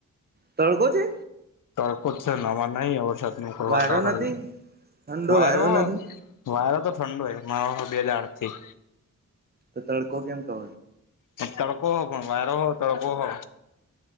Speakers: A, on the right (about 30°); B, on the left (about 65°).
A: તડકો છે.
B: તડકો જ છે હવા નહી છત <unintelligible>
A: વાયરો
B: વાતાવરણ
A: નથી ઠંડો
B: વાયરો
A: નથી.
B: વાયરો તો ઠંડો માવા બે દાડ થી
A: તો તડકો કેમ કહો
B: તડકો હો પણ વારો હો તડકો હો